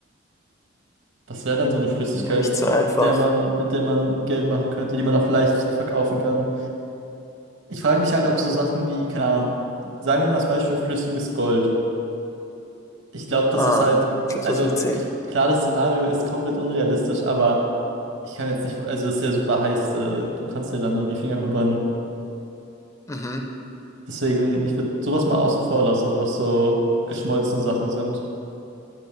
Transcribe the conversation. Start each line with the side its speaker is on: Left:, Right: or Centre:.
Right: Das wäre dann so eine Flüssigkeit,
Left: nicht so
Right: mit
Left: einfach.
Right: der man, mit der man Geld machen könnte, die man auch leicht verkaufen kann. Ich frage mich halt, ob so Sachen wie, keine Ahnung, sagen wir mal als Beispiel flüssiges Gold. Ich glaube, das
Left: Ah,
Right: ist halt,
Left: ich glaube,
Right: also
Left: das wird
Right: k-
Left: zählen.
Right: klar, das Szenario ist komplett unrealistisch, aber ich kann jetzt nicht, also es ist ja super heiß, äh, du kannst ja dann nur die Finger verbrennen.
Left: Mhm.
Right: Deswegen, ich würde sowas mal außen vor lassen, was so geschmolzene Sachen sind.